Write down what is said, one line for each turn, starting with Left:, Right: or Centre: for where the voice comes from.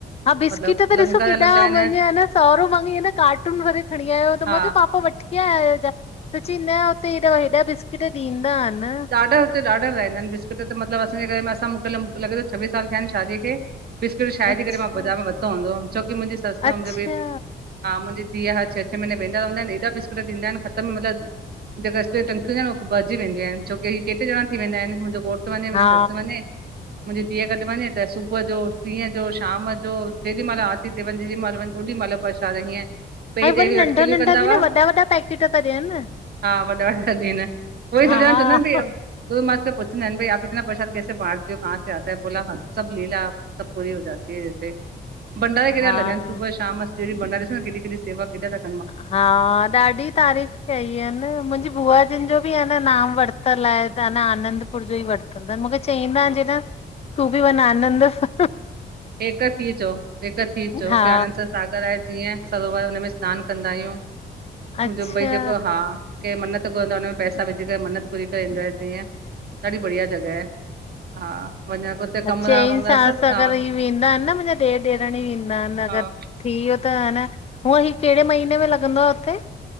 Left: हा बिस्किट
Right: मतलब
Left: बि
Right: लंगर
Left: ॾिसो केॾा,
Right: हलंदा आहिनि
Left: मुंजो हेन सोहरो मांॻई अन कार्टून भर खणी आयो त
Right: हा
Left: मा चयो पा पापा वठी आ आहियो छा, त चई न हुते हेॾा, हेॾा बिस्किट ॾींदा अनि।
Right: ॾाढा हुत ॾाढा विराइदां आहिनि बिस्कुट त ॾाढा हुते ॾाढा वयल आइन बिस्किट मतिलबु असांजे घर में असां मोकल मुखे लॻे थो छवीह साल थिया आहिनि शादी खे। बिस्किट शायद
Left: अच्छा
Right: ही कडे मां बज़ार में वरितो हूंदो हुअम छोकी मुंजी ससु
Left: अच्छा
Right: मुंजी भई हा मुंजी धीउ हर छह छह महीने वेंदा रवंदा आहिनि एॾा बिस्कुट ॾीदां आहिनि ख़तम मतिलबु जेके स्टील जी टंकियूं हूंदियूं आहिनि भरजी वेंदियूं आहिनि। छोकी हि टे टे ज़णा थी वेंदा अहिनि मुंहिंजो घोटु वञे, मुंजी
Left: हा
Right: ससु वञे। मुंहिंजी धीउ गॾु वञे त सुबुह जो, डिहुं जो, शाम जो जेॾी महिल आरती ते वञ जेॾी महिल वञ ओॾी महिल बस त हीअं पेरी
Left: ऐं
Right: त
Left: वरी
Right: एॾियूं
Left: नंढा
Right: अटखेलियूं
Left: नंढा
Right: कंदा
Left: बि
Right: हुआ,
Left: न वॾा वॾा पैकेट था ॾियनि।
Right: हा वॾा वॾा थी विया आहिन। उअई सम्झंदा
Left: हा
Right: आहिन चवंदा आहिन भई त सब मां अच पुछदां आहिन, भई इतना परशाद कैेसे बांटते हो, कहां से आता है, बोला हा, सब लीला सब पूरी हो जाती है जैेसे भंडारा केॾा
Left: हा
Right: था लगन, सुबह शाम सॼे ॾींह भंडारे सेवा सां न, केॾी केडी सेवा, केॾा त
Left: हा ॾाढी तारीफ़ कई अहिन मुंजी बुआ जिनि जो बि अन नाम वरितल आहे त अ न आनंद पुरजो ई वरतंदा मुखे चईंदान जेॾां तूं बि वञ आनंद हा
Right: हेक थी अचो हेक थी अचो हुते
Left: हा
Right: आनंद सां सागर आहे जीअं सरोवर हुनमें सनानु कंदा आहियूं। मुंहिंजो
Left: अच्छा
Right: भई जेको हा के मन्नत घुरंदो आहे हुन में पैसा विझी करे मन्नत पूरी ईंदां आहिन जीअं ॾाढी बढ़िया जॻह आहे हा। वञण हुते
Left: अ
Right: कमरा
Left: चंई
Right: वमरा
Left: सास,
Right: सभु
Left: अगरि
Right: हा
Left: इ वेंदा आहिन न मुंहिंजा ॾेर- ॾेरण ई वेंदा आहिन
Right: हा
Left: अगर। थी वियो त ह न, हूंअ ही कहिड़े महीने में लॻंदो आ हुते?